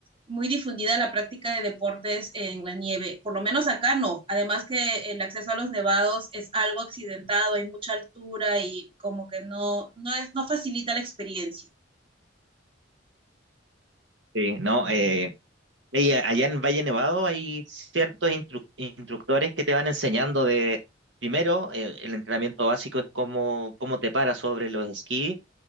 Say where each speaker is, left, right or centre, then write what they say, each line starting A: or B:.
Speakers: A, on the right; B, on the right.
A: muy difundida la práctica de deportes en la nieve, por lo menos acá no. Además que el acceso a los nevados es algo accidentado, hay mucha altura y como que no, no es, no facilita la experiencia.
B: Sí, no, eh, y a- allá en Valle Nevado hay ciertos instru- instructores que te van enseñando de, primero, eh, el entrenamiento básico es cómo, cómo te paras sobre los esquís.